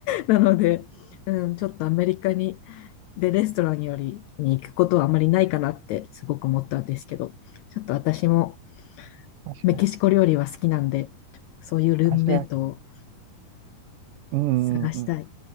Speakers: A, on the left; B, on the right.
A: なので、うん、ちょっとアメリカに、で、レストランよりに行くことはあまりないかなってすごく思ったんですけど、ちょっと私も
B: 確かに。
A: メキシコ料理は好きなんで、そういうルームメイトを
B: アジア系。うんうんうん。
A: 探したい。